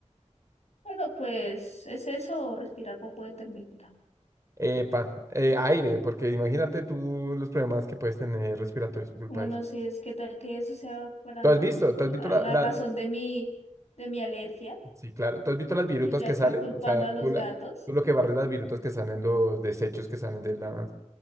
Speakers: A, on the left; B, on the right.
A: Bueno, pues es eso, o respirar popo de termita.
B: Epa, eh, aire, porque imagínate tú los problemas que puedes tener respiratorios por culpa
A: Bueno,
B: de eso.
A: si es que tal que eso sea para
B: ¿Tú has visto? ¿Tú
A: la,
B: has visto la,
A: la
B: la-
A: razón de mi, de mi alergia.
B: Sí, claro. ¿Tú has visto las virutas
A: Y yo
B: que
A: acá
B: salen?
A: culpando
B: O sea,
A: a los
B: tú, la-
A: gatos.
B: tú lo que barres las virutas que salen, los desechos que salen de las